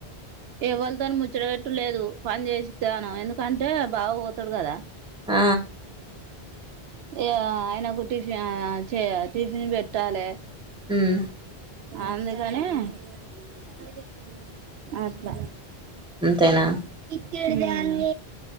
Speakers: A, on the right; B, in the centre.
A: ఎవలతోను ముచ్చడ పెెట్టులేదు పని చేసిస్తాను ఎందు అంటే బావ పోతడు కదా
B: ఆ
A: ఏ ఆయనకు చేయ యా టిఫిన్ పెట్టాలి
B: హుమ్
A: అందుకని చాయ్ లెక్కుంది అట్లా
B: అంతేనా
A: హు మ్